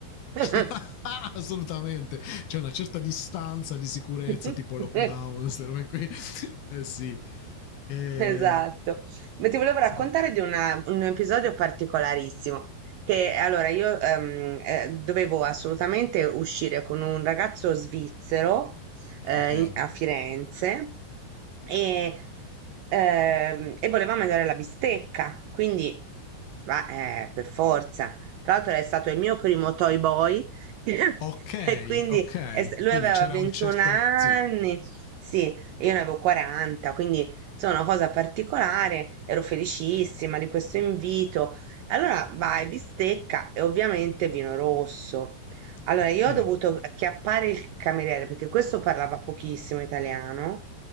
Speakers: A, on the right; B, on the left.
A: <laughs>
B: <laughs> assolutamente. C'è una certa distanza di sicurezza,
A: <laughs>
B: tipo lockdown, queste robe qui. <laughs> Eh, sì. Eh,
A: Esatto, ma ti volevo
B: sì.
A: raccontare di una- un episodio particolarissimo, che allora io ehm, eh, dovevo assolutamente uscire con un ragazzo svizzero eh,
B: Ok.
A: in- a Firenze e, ehm, e voleva mangiare la bistecca, quindi va- eh, per forza. Tra l'altro è stato il mio primo toy boy <laughs>
B: Ok,
A: e quindi
B: ok.
A: è s- lui
B: Quindi
A: aveva
B: c'era
A: 21
B: un certo...
A: anni,
B: Sì,
A: sì, e io ne avevo 40, quindi insomma, una cosa particolare, ero felicissima di questo invito. Allora vai, bistecca e ovviamente vino rosso. Allora
B: ok.
A: io ho dovuto acchiappare il cameriere perché questo parlava pochissimo italiano.